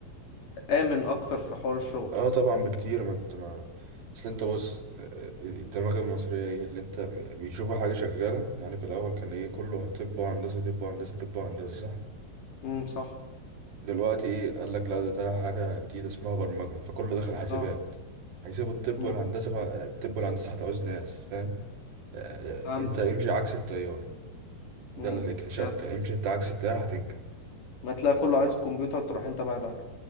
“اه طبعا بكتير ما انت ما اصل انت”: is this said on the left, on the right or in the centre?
Right